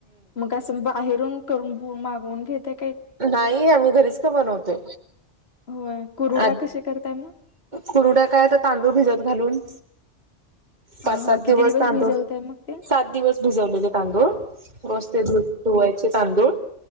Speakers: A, on the left; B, on the right.
A: मग असं बाहेरून करून मागवून घेतय
B: नाही आम्ही घरीच का बनवतो
A: होय. कुरुड्या
B: आ
A: कसे करताय मग?
B: कुरुड्या काय तर तांदूळ भिजत घालून
A: हां,
B: पाच सात
A: हां. किती
B: दिवस तांदूळ
A: भिजवताय मग ते?
B: सात दिवस भिजवलेले तांदूळ रोज ते धु धुवायचे तांदूळ